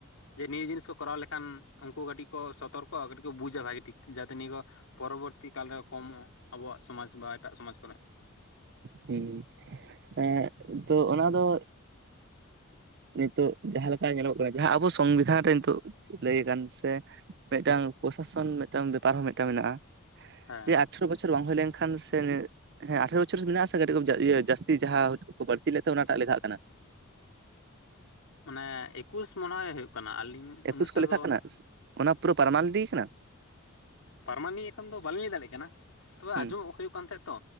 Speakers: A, on the left; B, on the right.
A: ᱡᱮ ᱱᱤᱭᱟᱹ ᱡᱤᱱᱤᱥ ᱠᱚ ᱠᱚᱨᱟᱣ ᱞᱮᱠᱷᱟᱱ ᱩᱱᱠᱩ ᱠᱟᱹᱴᱤᱡ ᱠᱚ ᱥᱚᱛᱚᱨᱠᱚᱚᱜᱼᱟ ᱠᱟᱹᱴᱤᱡ ᱠᱚ ᱵᱩᱡᱟ ᱵᱷᱟᱜᱤ ᱴᱷᱤᱠ ᱴᱷᱤᱠ ᱡᱟᱛᱮ ᱱᱤᱭᱟᱹ ᱠᱚ ᱯᱚᱨᱚᱵᱚᱨᱛᱤ ᱠᱟᱞ ᱨᱮ ᱠᱚᱢᱚᱜᱼᱟ ᱟᱵᱚᱣᱟᱜ ᱥᱚᱢᱟᱡᱽ ᱵᱟ ᱮᱴᱟᱜ ᱥᱚᱢᱟᱡᱽ ᱠᱚᱨᱮ
B: ᱦᱩᱸ ᱮᱸ ᱛᱚ ᱚᱱᱟ ᱫᱚ ᱱᱤᱛᱚᱜ ᱡᱟᱦᱟᱸ ᱞᱮᱠᱟ ᱧᱮᱞᱚᱜ ᱠᱟᱱᱟ ᱡᱟᱦᱟᱸ ᱟᱵᱚ ᱥᱚᱝᱵᱤᱫᱷᱟᱱ ᱨᱮ ᱱᱤᱛᱚᱜ ᱞᱟᱹᱭ ᱟᱠᱟᱱ ᱥᱮ ᱢᱤᱫᱴᱟᱝ ᱯᱨᱚᱥᱟᱥᱚᱱ ᱢᱤᱫᱴᱟᱝ ᱵᱮᱯᱟᱨ ᱦᱚᱸ ᱢᱤᱫᱴᱟᱝ ᱢᱮᱱᱟᱜᱼᱟ
A: ᱦᱮᱸ
B: ᱡᱮ ᱟᱴᱷᱟᱨᱚ ᱵᱚᱪᱷᱚᱨ ᱵᱚᱪᱷᱚᱨ ᱵᱟᱝ ᱦᱩᱭ ᱞᱮᱱᱠᱷᱟᱱ ᱥᱮ ᱦᱮᱸ ᱟᱴᱷᱟᱨᱚ ᱵᱚᱪᱷᱚᱨ ᱢᱮᱱᱟᱜᱥᱤᱭᱟᱹ ᱡᱟᱹᱥᱛᱤ ᱡᱟᱦᱟᱸ ᱵᱟᱹᱲᱛᱤ ᱞᱮᱫ ᱛᱟᱦᱮᱸ ᱚᱱᱟᱴᱟᱜ ᱞᱮᱠᱷᱟᱜ ᱠᱟᱱᱟ
A: ᱢᱟᱱᱮ ᱮᱠᱩᱥ ᱢᱚᱱᱮ ᱦᱩᱭᱩᱜᱜ ᱠᱟᱱᱟ ᱟᱹᱞᱤᱧ
B: ᱮᱠᱩᱥ
A: ᱩᱱᱟᱹᱜᱴᱟ
B: ᱠᱚ ᱞᱮᱠᱷᱟᱜ
A: ᱫᱚ
B: ᱠᱟᱱᱟ ᱚᱱᱟ ᱯᱩᱨᱟᱹ ᱯᱟᱨᱢᱟᱱᱮᱱᱴ ᱠᱟᱱᱟ
A: ᱯᱟᱨᱢᱟᱱᱤ ᱮᱠᱷᱚᱱ ᱫᱚ ᱵᱟᱹᱞᱤᱧ ᱞᱟᱹᱭ ᱫᱟᱲᱮᱭᱟᱜ ᱠᱟᱱᱟ ᱛᱚᱵᱮ
B: ᱦᱩᱸ
A: ᱟᱸᱡᱚᱢᱚᱜ ᱦᱩᱭᱩᱜ ᱠᱟᱱ ᱛᱟᱦᱮᱸᱫ ᱛᱚ